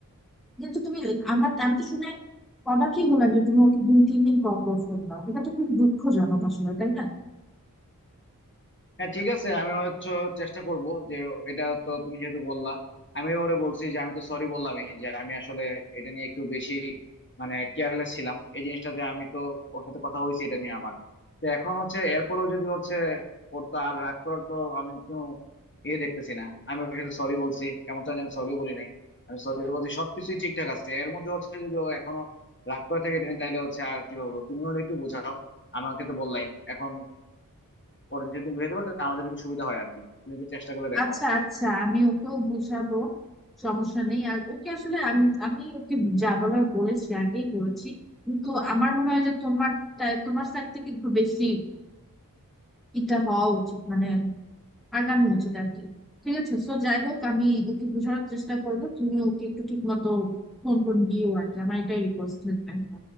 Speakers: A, in the centre; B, on the left.
A: কিন্তু তুমি আমার আমি তো শুনে অবাকই হলাম যে তুমি ওকে দুই তিন দিন পর পর ফোন দাও এটা তো খুবই দুঃখজনক আসলে তাই না
B: হ্যাঁ ঠিক আছে আমি হচ্ছে চেষ্টা করব যে এটা তো তুমি যেহেতু বললা আমি ওরে বলছি যে আমি তো সরি বললামই যে আমি আসলে এটা নিয়ে একটু বেশি মানে কেয়ারলেস ছিলাম এই জিনিসটাতে আমি তো ওর সাথে কথা হয়েছে এটা নিয়ে আমার তো এখন হচ্ছে এরপরও যদি হচ্ছে ওর তো আর রাগ করার তো আমি কোনো ইয়ে দেখতেছি না আমি ওর সাথে সরি বলছি এমনটা যে আমি সরিও বলি নাই আমি সরি বলছি সবকিছুই ঠিকঠাক আছে এর মধ্যে হচ্ছে যদি ও এখনো রাগ করে থাকে এটা নিয়ে তাইলে হচ্ছে আর কি বলবো তুমি ওর একটু বোঝাও আমাকে তো বললাই এখন পরে যদি তুমি বুঝাইতে পারো তাহলে আমার জন্য একটু সুবিধা হয় আর কি তুমি একটু চেষ্টা করে দেখো
A: আচ্ছা আচ্ছা আমি ওকেও বুঝাবো সমস্যা নেই আর ওকে আসলে আমি আমি ওকে যা বলার বলেছি আগেই বলেছি কিন্তু আমার মনে হয় যে তোমার টা- তোমার স্যার থেকে একটু বেশি এটা হওয়া উচিত মানে আগানো উচিত আর কি ঠিক আছে সো যাই হোক আমি ওকে বোঝানোর চেষ্টা করবো তুমি ওকে একটু ঠিক মতো ফোন টোন দিও আর কি আমার এটাই রিকোয়েস্ট থাকবে